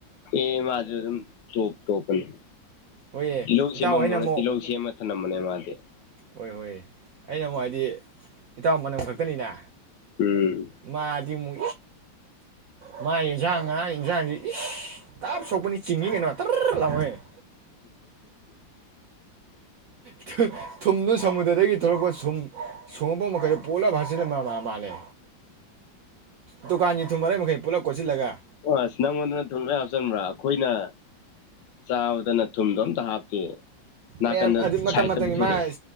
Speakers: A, on the left (about 75°); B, on the right (about 75°).
A: ꯑꯦ ꯃꯥꯁꯨ ꯑꯗꯨꯝ ꯇꯣꯞ ꯇꯣꯞꯄꯅꯤ
B: ꯍꯣꯏꯌꯦ
A: ꯇꯤꯜꯍꯧ
B: ꯏꯇꯥꯎ
A: ꯁꯦꯝꯃꯝꯃꯣꯅꯦ
B: ꯑꯩꯅ ꯑꯃꯨꯛ
A: ꯇꯤꯜꯍꯧ ꯁꯦꯝꯃ ꯊꯝꯂꯝꯝꯕꯅꯦ ꯃꯥꯗꯤ
B: ꯍꯣꯏ ꯍꯣꯏ ꯑꯩꯅ ꯑꯃꯨꯛ ꯍꯥꯏꯗꯤ ꯏꯇꯥꯎ ꯃꯅꯝ ꯈꯛꯇꯅꯤꯅ
A: ꯎꯝ
B: ꯃꯥꯗꯤ ꯃꯨ ꯃꯥꯏ ꯌꯦꯖꯥ ꯉꯅꯥ ꯌꯦꯖꯥꯡꯁꯤ ꯏ ꯇꯞ ꯁꯣꯛꯄꯅꯤ ꯆꯤꯡꯉꯤ ꯀꯩꯅꯣ ꯇꯔ ꯂꯥꯎꯦ ꯇ ꯊꯨꯝꯗꯨ ꯁꯃꯨꯗ꯭ꯔꯗꯒꯤ ꯊꯣꯛꯂꯛꯄ ꯁꯨꯝ ꯁꯣꯡꯕꯣ ꯃꯈꯩ ꯄꯣꯂꯚꯥꯁꯥ ꯅꯥ ꯃꯥꯂꯦ ꯇꯒꯥꯟ ꯊꯨꯝꯕ ꯂꯩꯦ ꯃꯈꯩ ꯄꯨꯣꯏꯁꯤꯜꯂꯒ
A: ꯑꯁ ꯅꯪꯉꯣꯟꯗꯅ ꯊ ꯂ ꯍꯥꯞꯆꯟꯕ꯭ꯔꯥ ꯑꯩꯈꯣꯏꯅ ꯆꯥꯎꯥꯕꯗꯅ ꯊꯨꯝꯗꯣ ꯑꯝꯇ ꯍꯥꯞꯇꯦ ꯅꯥꯀꯟꯗ
B: ꯑꯦ ꯑꯗꯨ ꯃꯇꯝ
A: ꯁꯥꯏꯠꯇ
B: ꯃꯇꯝꯒꯤ
A: ꯄꯨꯊꯣꯔꯛꯑꯦ
B: ꯃꯥ